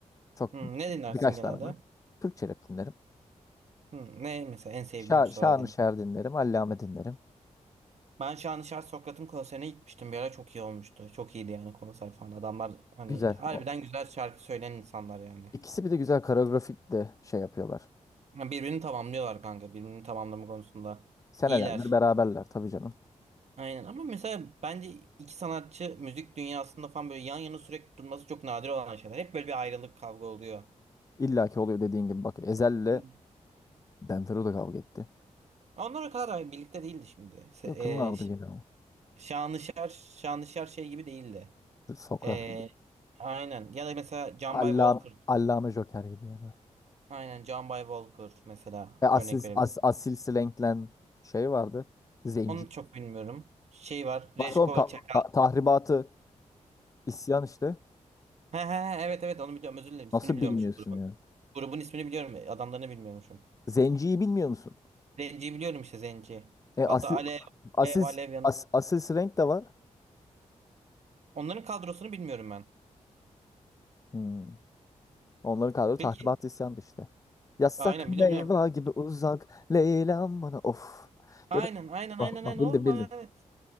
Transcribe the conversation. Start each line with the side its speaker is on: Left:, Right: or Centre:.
Left: Çok
Right: Hmm, ne dinlersin
Left: birkaç
Right: genelde?
Left: tane var. Türkçe rap dinlerim.
Right: Hmm, ne mesela en sevdiğin
Left: Şa
Right: bu sıralar
Left: Şanlı
Right: din?
Left: Şer dinlerim, Allame dinlerim.
Right: Ben Şanışer Sokrat'ın konserine gitmiştim. Bir ara çok iyi olmuştu. Çok iyiydi yani konser falan. Adamlar hani
Left: Güzel.
Right: harbiden
Left: O,
Right: güzel şarkı söyleyen insanlar yani.
Left: ikisi bir de güzel koreografik de şey yapıyorlar.
Right: Ha, Birbirini tamamlıyorlar kanka. Birbirini tamamlama konusunda.
Left: Senelerdir
Right: iyiler.
Left: beraberler tabii canım.
Right: Aynen ama mesela bence iki sanatçı müzik dünyasında falan böyle yan yana sürekli durması çok nadir olan şeyler. Hep böyle bir ayrılık kavga oluyor.
Left: İlla ki oluyor dediğin gibi. Bak Ezhel'le
Right: Hı.
Left: Benfero da kavga etti.
Right: Onlar kadar da birlikte değildi şimdi. Se-
Left: Yakınlardı
Right: E, Ş-
Left: yine ama.
Right: Şanışer, Şanışer şey gibi değildi.
Left: Sokrat.
Right: E, aynen. Ya da mesela John
Left: Allam
Right: By Walker.
Left: Allame Joker'iydi ya da.
Right: Aynen John By Walker mesela
Left: E, asil,
Right: örnek verebilirim.
Left: as, asil Slank'len şey vardı. Zenci.
Right: Onu çok bilmiyorum. Şey var. Reşko
Left: Nasıl oğlum ta-
Right: Çakal.
Left: ta- tahribatı isyan işte.
Right: He he he, evet evet onu biliyorum. Özür dilerim. İsmini
Left: Nasıl
Right: biliyormuşum
Left: bilmiyorsun
Right: grubun.
Left: ya?
Right: Grubun ismini biliyorum. Adamlarını bilmiyormuşum.
Left: Zenciyi bilmiyor musun?
Right: Zenci'yi biliyorum işte Zenci.
Left: E,
Right: Hatta
Left: asil
Right: Alev,
Left: asil
Right: Alev, Alev yanı.
Left: as, asil Slank de var.
Right: Onların kadrosunu bilmiyorum ben.
Left: Hmm. Onların kadro
Right: Peki.
Left: tahribatı isyandı işte. Yasak
Right: Aynen
Left: meyve
Right: biliyorum biliyorum.
Left: gibi uzak Leyla'm bana of.
Right: Aynen
Left: Göre
Right: aynen
Left: bak,
Right: aynen aynen.
Left: bak, bildin
Right: Oh,
Left: bildin.
Right: evet. evet.